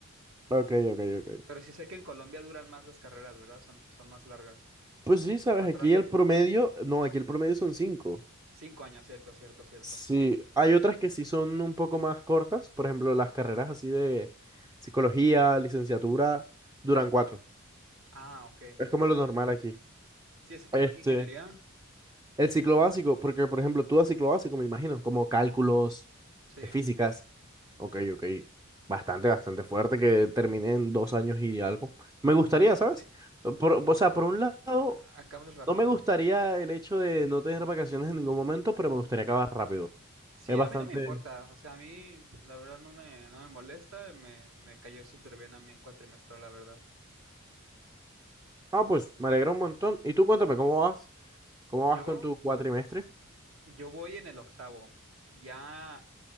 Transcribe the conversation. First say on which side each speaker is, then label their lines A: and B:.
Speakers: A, on the right (about 15°); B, on the right (about 65°).
A: Ok, ok, ok.
B: Pero sí sé que en Colombia duran más las carreras, ¿verdad? Son, son más largas,
A: Pues sí,
B: como
A: sabes,
B: cuatro
A: aquí
B: años,
A: el promedio,
B: ¿no?
A: no, aquí el promedio son cinco.
B: Cinco años, cierto, cierto, cierto,
A: Sí,
B: sí.
A: hay otras que sí son un poco más cortas, por ejemplo, las carreras así de psicología, licenciatura, duran cuatro.
B: Ah, ok,
A: Es como
B: tiene
A: lo
B: sentido.
A: normal aquí.
B: Sí, es que como
A: Este,
B: es ingeniería,
A: el ciclo básico, porque por ejemplo, tú das ciclo básico, me imagino, como cálculos,
B: sí,
A: eh, físicas. Ok, ok. Bastante, bastante fuerte que terminé en dos años y algo. Me gustaría,
B: sí,
A: ¿sabes? Por- o sea, por un lado,
B: a- acabas rápido.
A: no me gustaría el hecho de no tener vacaciones en ningún momento, pero me gustaría acabar rápido.
B: Sí,
A: Es bastante.
B: a mí no me importa, o sea, a mí la verdad no me, no me molesta, me, me cayó súper bien a mí en cuatrimestral, la verdad.
A: Ah, pues me alegra un montón. Y tú cuéntame, ¿cómo vas? ¿Cómo
B: Yo,
A: vas con tu cuatrimestre?
B: yo voy en el octavo, ya